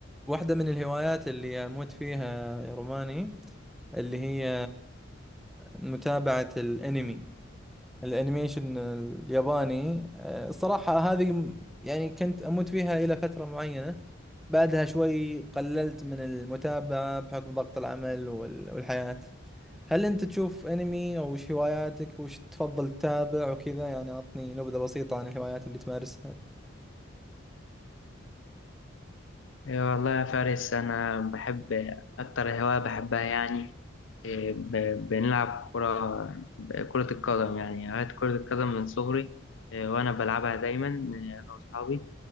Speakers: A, in the centre; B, on the left.
A: واحدة من الهوايات اللي أموت فيها يا روماني اللي هي متابعة الأنمي الأنيميشن الياباني أه، الصراحة هذه م- يعني كنت أموت فيها إلى فترة معينة بعدها شوي قللت من المتابعة بحكم ضغط العمل وال- والحياة هل أنت تشوف أنمي أو وش هواياتك وش تفضل تتابع وكذا يعني أعطني نبذة بسيطة عن الهوايات اللي تمارسها
B: إيه والله يا فارس أنا بحب أكتر هواية بحبها يعني إيه ب- بنلعب كرة كرة القدم يعني هواية كرة القدم من صغري إيه وأنا بلعبها دايما إيه أنا وأصحابي